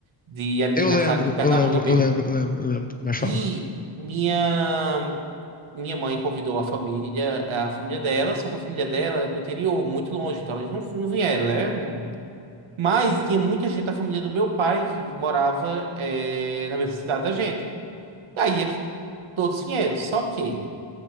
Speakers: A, on the right; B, on the left.
A: de aniversário
B: Eu lembro,
A: do Pernalonga
B: eu lembro,
A: meu.
B: eu lembro, eu lembro, eu lembro. Mas fala.
A: E minha minha mãe convidou a família, a família dela, só que a família dela é do interior, muito longe, então eles não, não vieram, né? Mas tinha muita gente da família do meu pai que morava é, na mesma cidade da gente. E aí eles todos vieram. Só que